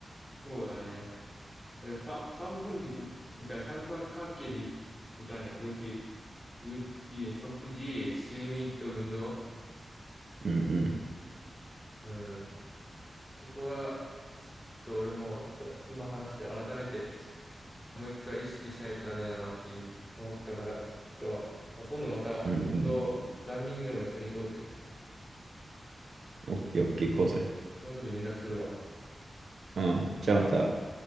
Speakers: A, in the centre; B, on the right (about 75°).
A: そうだね。えーさ、三本軸みたいな三角関係でいくみたいな、よく言う、言う食事、睡眠と運動。
B: うんうん。
A: うん。そこは、ちょっと俺も、ちょっと今話して改めて、もう一回意識しないとダメだなっていう、思ったから、ちょっと、ま今度また運動、
B: うんうん。
A: ランニングでも一緒に行こうぜ。
B: オッケーオッケー行こうぜ。
A: その時連絡するわ。
B: うん。じゃあまた。